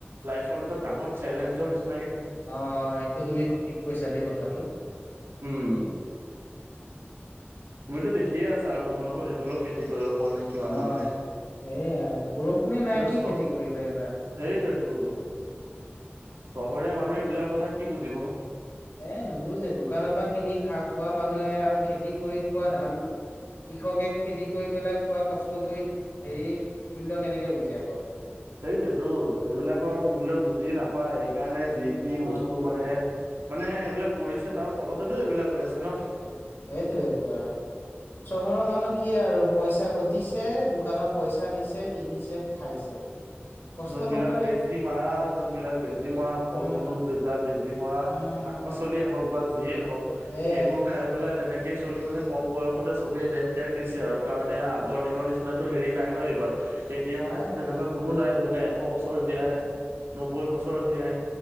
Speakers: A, on the right; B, on the left.
A: লাইফত এটা ডাঙৰ চেলেঞ্জৰ নিচিনা
B: আহ এইটো তুমি ঠিক কৈছা দেই কথাটো।
A: উম। তুমিতো দেখিয়ে আছা আৰু তোমালোকৰ সেইফালেও খেতি কৰিব। পৰা নাই কিমান
B: অ
A: মানুহে
B: সেই আৰু বৰষুণে নাই
A: সেইটো
B: কি
A: চ
B: খেতি কৰিবা এবাৰ
A: সেইটোৱেতো চহৰীয়া মানুহে এইবিলাকৰ কথা কি বুজি
B: এ নুবুজে দোকানৰ পৰা কিনি খা খোৱা মানুহে আৰু খেতি কৰি খোৱা ধান কৃষকে খেতি কৰি পেলাই কোৱা কষ্ট কৰি হেৰি মূল্য কেনেকে বুজিয়াব
A: সেইটোতো সেইবিলাকৰ মূল্য বুজি নাপায়। সেইকাৰণে যি টি
B: অ
A: বস্তু মানে মানে এইবিলাক কৰিছে তাৰ ফলতেতো এইবিলাক হৈ আছে ন।
B: সেইটো এ আৰু চহৰৰ মানুহ কি আৰু পইচা ঘটিছে দোকানত পইচা দিছে কিনিছে খাইছে। কষ্ট
A: যোনবিলাক
B: নকৰে
A: বেজী মৰা যোনবিলাক বেজী মৰা
B: উম
A: ফল মূল বেজা বেজী মৰা
B: উম
A: পাচলিয়েই হওক বা যিয়ে হওক
B: সেয়াই
A: সেইবোৰ খাই পেলাই তেনেকেই চলি মানে কম বয়সতে চবেই দেহ ত্যাগ দিছে আৰু। কাৰণে
B: উম,
A: আগৰ দিনৰ নিচিনাতটো হেৰি নাই ন এইবাৰ এতিয়া
B: নাই
A: মানে
B: নাই
A: তেনেকুৱা কোনো নাই। মানে এশ বছৰ জীয়াই নবৈ বছৰ
B: উম
A: জীয়াই